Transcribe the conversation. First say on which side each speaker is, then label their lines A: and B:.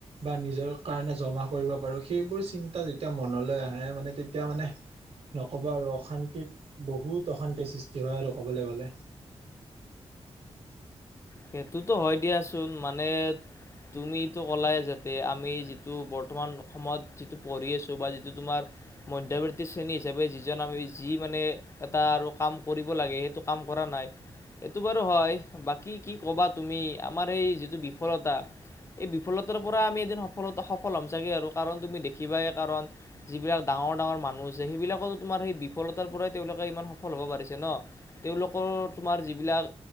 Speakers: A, on the right; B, on the left.
A: বা নিজৰ কাৰণে জমা কৰিব পাৰো। সেইবোৰ চিন্তা যেতিয়া মনলৈ আহে মানে তেতিয়া মানে নক'ব আৰু অশান্তিত বহুত অশান্তিৰ সৃষ্টি হয় আৰু ক'বলৈ গ'লে। <unintelligible>
B: সেইটোতো হয় দিয়াচোন মানে তুমিতো ক'লাই যাতে আমি যিটো বৰ্তমান সময়ত যিটো পঢ়ি আছো বা যিটো তোমাৰ মধ্যবৰ্তী শ্ৰেণী হিচাপে যিজন আমি যি মানে এটা আৰু কাম কৰিব লাগে সেইটো কাম কৰা নাই এইটো বাৰু হয় বাকী কি ক'বা? তুমি আমাৰ এই যিটো বিফলতা এই বিফলতাৰ পৰা আমি এদিন সফলতা সফল হ'ম ছাগে আৰু কাৰণ তুমি দেখিবাই কাৰণ যিবিলাক ডাঙৰ ডাঙৰ ডাঙৰ মানুহ আছে। সেইবিলাকতো তোমাৰ সেই বিফলতাৰ পৰাই তেওঁলোকে ইমান সফল হ'ব পাৰিছে ন। তেওঁলোকৰ তোমাৰ যিবিলাক